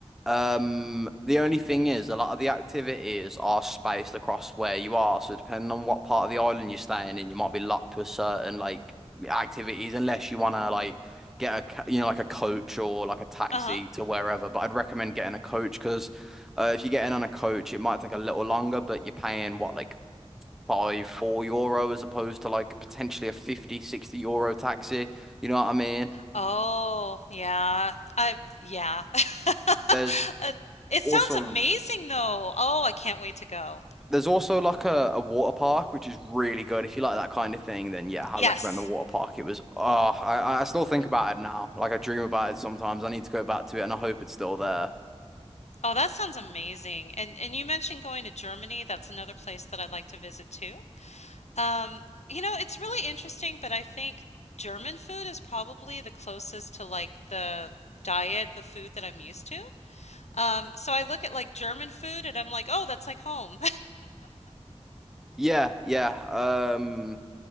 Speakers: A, in the centre; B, on the left (about 85°).
A: Um, the only thing is, a lot of the activities are spaced across where you are. So depending on what part of the island you're staying in, you might be locked to a certain like activities unless you want to like get a ca- you know like a coach or like a taxi
B: Uh-huh.
A: to wherever. But I'd recommend getting a coach because uh, if you get in on a coach, it might take a little longer, but you're paying what like five, four euro as opposed to like potentially a fifty, sixty euro taxi. You know what I mean?
B: Oh, yeah. I yeah. <laughs>
A: There's
B: Uh, It
A: also
B: sounds amazing though. Oh, I can't wait to go.
A: There's also like a, a water park, which is really good. If you like that kind of thing, then yeah, I
B: Yes.
A: recommend the water park. It was, oh, I, I still think about it now. Like I dream about it sometimes. I need to go back to it and I hope it's still there.
B: Oh, that sounds amazing. And and you mentioned going to Germany. That's another place that I'd like to visit too. Um, you know, it's really interesting, but I think German food is probably the closest to like the diet, the food that I'm used to. Um, so I look at like German food and I'm like, "Oh, that's like home."
A: Yeah, yeah. Um,